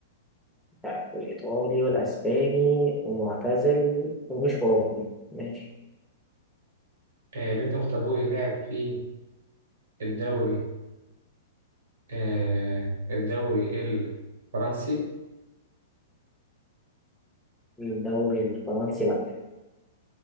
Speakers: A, in the centre; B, on the right (about 80°).
A: لعب في الايطالي والاسباني ومعتزل ومش اوروبي ماشي
B: آه، اللي انت مختاره لي لاعب في الدوري آه الدوري الفرنسي
A: الدوري الفرنسي لا